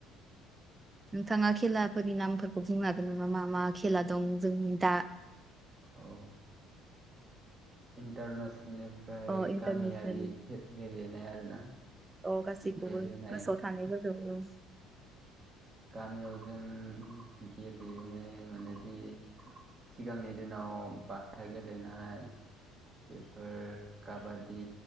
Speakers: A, on the right (about 35°); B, on the right (about 20°).
A: <inaudible>
B: नोंथाङा खेलाफोरनि नामफोरखौ बुंनो हागोन नामा मा मा खेला दं जोंनि दा
A: औ। इन्टारनेसनेलनिफ्राय
B: औ अ इन्टारनेसनेल
A: गामियारि गेलेनाय आरोना?
B: अ गासैखौबो
A: गेलेनाय
B: गोसोआव थानायबो बुं।
A: गामियाव जों गेलेनो मोनोदि
B: <inaudible>
A: सिगांनि दिनाव बाथा गेलेनाय बेफोर काबादि